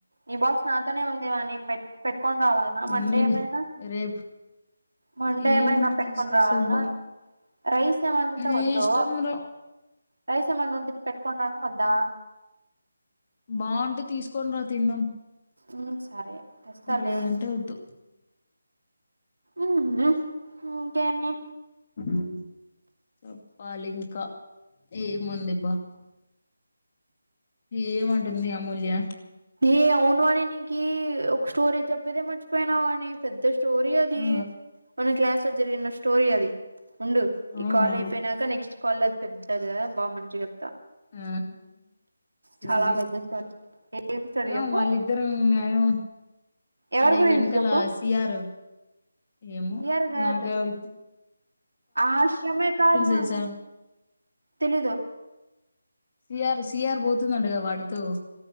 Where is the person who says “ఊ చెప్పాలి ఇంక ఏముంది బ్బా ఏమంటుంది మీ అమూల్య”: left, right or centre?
Left